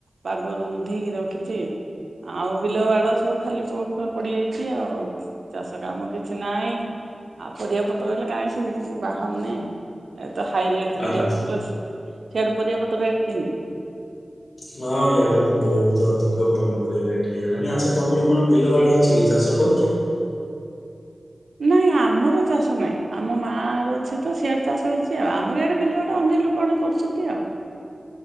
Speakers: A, on the right (about 80°); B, on the left (about 75°).
A: ପାଗ ରୁନ୍ଧିକି ରଖିଚି ଆଉ ବିଲ ବାଡ ସବୁ ଖାଲି ପୋଉଖୁଆ ପଡିଯାଇଛି ଆଉ। ଚାଷ କାମ କିଛି ନାଇଁ ଆଉ ପରିବା ପତ୍ର ଏଇଲେ କାଇଁ ସିନି କିଛି ବାହରୁନି ଏତ ହାଇ ରେ ପରିବାପତ୍ର
B: ଆଚ୍ଛା।
A: ସିଆଡେ ପରିବାପତ୍ର ରେଟ୍ କିନ୍ତି?
B: ହଁ ଇଆଡେବି ବହୁତ ଅଧିକ ପନିପରିବା ରେଟ୍ ହେଇଗଲାଣି ଆଛା ତମର କଣ ବିଲବାଡ ଅଛି କି ଚାଷ କରୁଚୁ?
A: ନାଇଁ ଆମର ଚାଷ ନାହିଁ ଆମ ମାର ଅଛି ତ ସିଆଡେ ଚାଷ ହୋଉଚି ଆଉ ଆମର ଇଆଡେ ବିଲବାଡ ଅନ୍ୟ ଲୋକମାନେ କରୁଚନ୍ତି ଆଉ।